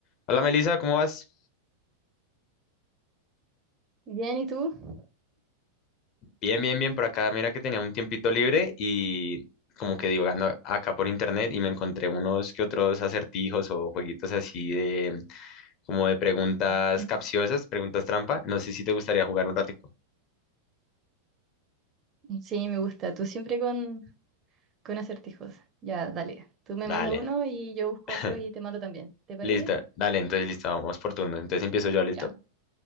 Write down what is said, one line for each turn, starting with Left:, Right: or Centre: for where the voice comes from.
Left: Hola Melissa, ¿cómo vas?
Right: Bien, ¿y tú?
Left: Bien, bien, bien por acá. Mira que tenía un tiempito libre y como que divagando acá por internet y me encontré unos que otros acertijos o jueguitos así de como de preguntas
Right: <laughs>
Left: capciosas, preguntas trampa. No sé si te gustaría jugar un ratico.
Right: Sí, me gusta. Tú siempre con, con acertijos. Ya, dale. Tú me
Left: Dale.
Right: mandas uno y yo busco
Left: <laughs>
Right: otro y te mando también. ¿Te parece?
Left: Listo. Dale, entonces listo, vamos por turno. Entonces empiezo yo, ¿listo?
Right: Ya,